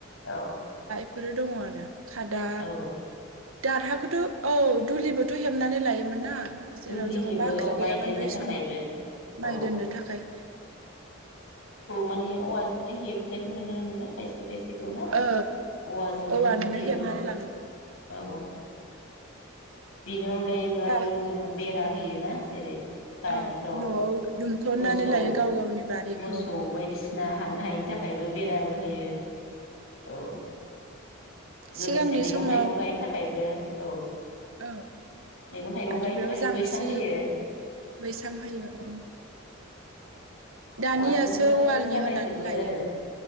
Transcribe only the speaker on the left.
औ
औ
दुलि
हेबो
औ माइ
दोननो
थाखायबो
औ
मानि औवाजोंनो हेब जायखौ नुनो मोनो फायसै खायसेखौनो
औवाजोंनो
हेबोना
औ औ बिन उन जायोबा
आरो जोङो बे फुजा होयो ना जेरै बारिफ्राव
मोसौ
मोसौ बायदिसिना हाबनो हायिनि थाख थाखायबो बे राबो होयो औ
लोगोसे मैगं
थाइगं गायनो थाखायबो औ
मैगं थाइगं
गायनो
थाखायबो
बैसां होयो
औवाजोंनो
जागायजोबो
आरो